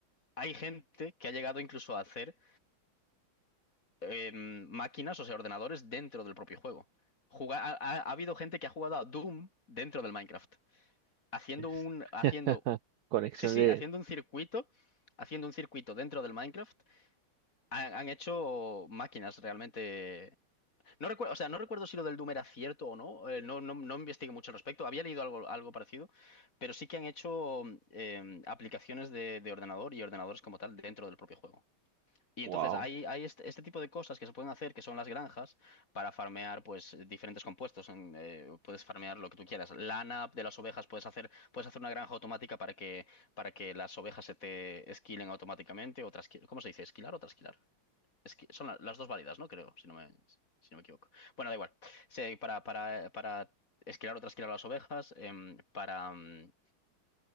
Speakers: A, on the left; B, on the right.
A: hay gente que ha llegado incluso a hacer eh, máquinas, o sea, ordenadores dentro del propio juego. Juga- ha, ha- ha habido gente que ha jugado a Doom dentro del Minecraft, haciendo
B: Es
A: un, haciendo,
B: <laughs> conexión
A: sí, sí,
B: de...
A: haciendo un circuito, haciendo un circuito dentro del Minecraft. Han, han hecho máquinas realmente. No recuerdo, o sea, no recuerdo si lo del Doom era cierto o no. eh, no, no, no investigué mucho al respecto. Había leído algo, algo parecido, pero sí que han hecho eh, aplicaciones de, de ordenador y ordenadores como tal dentro del propio juego. Y
B: Wow.
A: entonces hay, hay este, este tipo de cosas que se pueden hacer, que son las granjas, para farmear pues diferentes compuestos. En, eh, puedes farmear lo que tú quieras. Lana de las ovejas, puedes hacer, puedes hacer una granja automática para que, para que las ovejas se te esquilen automáticamente. O trasqui- ¿Cómo se dice? ¿Esquilar o trasquilar? Esqui- son la- las dos válidas, ¿no? Creo, si no me, si no me equivoco. Bueno, da igual. Se- para, para, para esquilar o trasquilar a las ovejas, em, para, mm,